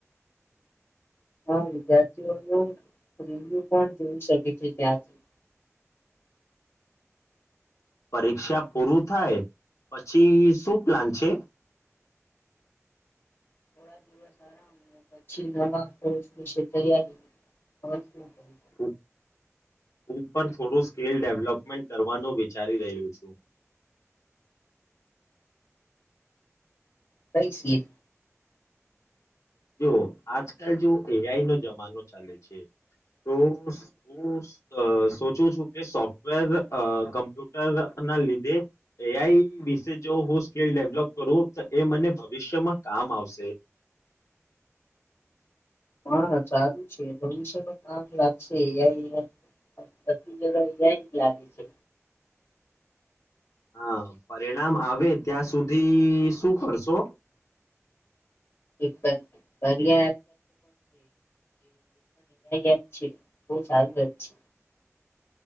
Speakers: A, on the left (about 50°); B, on the left (about 80°).
A: આ વિદ્યાર્થીઓ ન રિવ્યુ પણ જોઈ શકે છે ત્યાંથી
B: પરીક્ષા પૂરું થાય પછી શું પ્લાન છે
A: થોડા દિવસ પછી બીજા કોર્સ ની તૈયારી શું કરી શકું?
B: હા ઉપર થોડું સ્કિલ ડેવલપમેન્ટ કરવાનું વિચારી રહ્યું છું
A: કહી સ્કીલ
B: જો આજકાલ જો એઆઈ નો જમાનો ચાલે છે તો હું સોચું છું કે સોફ્ટવેર કમ્પ્યુટર ના લીધે એઆઈ વિશે જો હું સ્કીલ ડેવલોપ કરું તો એ મને ભવિષ્યમાં કામ આવશે
A: હા સારું છે ભવિષ્ય માં કામ લાગશેં બધી જગ્યા આજ લાગશે
B: હા પરિણામ આવે ત્યાં સુધી શું કરશો
A: <unintelligible> એક એ આઈ એપ છે એ બૌ સારું એપ છે